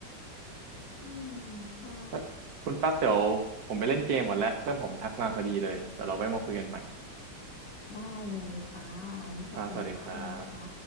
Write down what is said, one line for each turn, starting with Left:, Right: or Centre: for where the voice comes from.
Left: <laughs> อืมใช่
Right: ๆเอ้ยคุณตั๊กเดี๋ยวผมไปเล่นเกมก่อนแล้วเพื่อนผมทักมาพอดีเลยเดี๋ยวเราไว้มาคุยกันใหม่
Left: ได้เลยค่ะวันนี้ขอบคุณมากเลยนะคะ
Right: ครับสวัสดีครับ